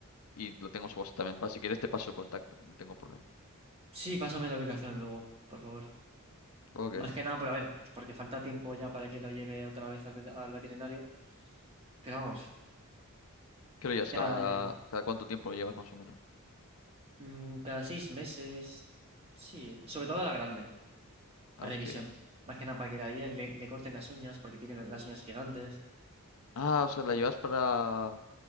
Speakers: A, on the left; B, on the right.
A: y lo tengo en su WhatsApp también. Para si quieres te paso el contacto, no tengo problema.
B: Sí, pásame la aplicación luego, por favor.
A: Ok.
B: Más que nada, pero a ver, porque falta tiempo ya para que lo lleve otra vez al, ve- al veterinario. Pero vamos,
A: ¿Qué lo llevas?
B: ya,
A: ¿Cada,
B: ya iré.
A: cada cuánto tiempo lo llevas más o menos?
B: Mm, cada seis meses, sí, sobre todo a la grande, a
A: Ah,
B: revisión.
A: hostia.
B: Más que nada para que la bien le, le corten las uñas, porque tiene la- las uñas gigantes.
A: Ah, o sea,
B: y tal.
A: la llevas para,